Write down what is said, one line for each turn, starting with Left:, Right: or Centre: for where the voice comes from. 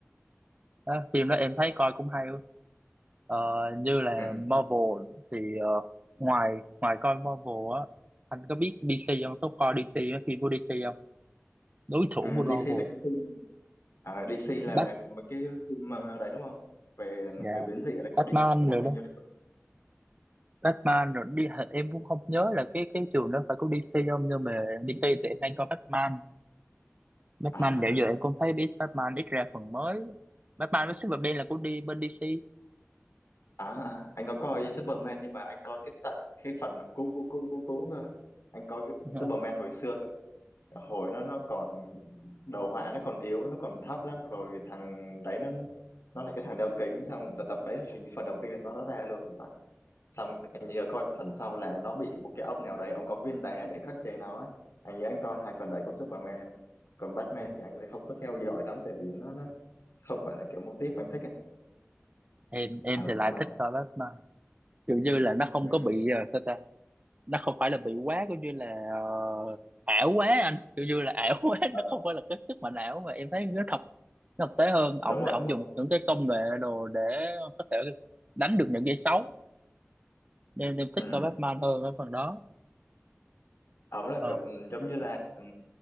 Right: đó phim đó em thấy coi cũng hay Ờ, như là
Left: ừ.
Right: Marvel thì ờ, ngoài ngoài coi Marvel á anh có biết DC không có coi DC á, phim của DC không đối thủ
Left: Ừ,
Right: của Marvel
Left: DC là cái À, DC là
Right: Bat
Left: là một cái phim mà đấy đúng không? Về
Right: dạ,
Left: người biến dị là của
Right: Batman
Left: DC đúng không?
Right: rồi
Left: Anh
Right: đó
Left: nhớ được.
Right: Batman rồi đi em cũng không nhớ là cái cái trường đó phải có DC không nhưng mà DC thì em hay coi Batman Batman
Left: À,
Right: dạo giờ em cũng thấy biết Batman ít ra phần mới Batman với Superman là của đi bên DC
Left: à, à, anh có coi Superman nhưng mà anh coi cái tận cái phần mà cũ cũ cũ cũ cũ cơ. Anh coi cái
Right: <laughs>
Left: Superman hồi xưa cơ. Hồi nó nó còn đầu họa nó còn yếu, nó còn thấp lắm rồi thằng đấy nó nó nó là cái thằng đeo kính xong đợt tập đấy thành phần đầu tiên nó nó ra luôn xong anh nhớ coi phần sau là nó bị một cái ông nào đấy ông có viên đá để khắc chế nó ấy. anh nhớ anh coi hai phần đấy của Superman còn Batman thì anh lại không có theo dõi lắm tại vì nó nó không phải là kiểu mô típ anh thích ấy.
Right: em em
Left: ừ
Right: thì lại
Left: nhưng mà
Right: thích coi Batman kiểu như là nó không
Left: ừ,
Right: có bị uh, nó không phải là bị quá coi như là ờ, ảo quá anh coi như là ảo <laughs> quá
Left: ờ,
Right: nó không phải là cái sức mạnh ảo mà em thấy nó thật nó thực tế hơn
Left: đúng
Right: ổng
Left: rồi
Right: là ổng
Left: đúng
Right: dùng
Left: rồi
Right: những cái công nghệ đồ để có thể đánh được những cái xấu nên em
Left: ừ.
Right: thích coi Batman hơn ở phần đó
Left: ổng là
Right: ờ
Left: kiểu giống như là ừ,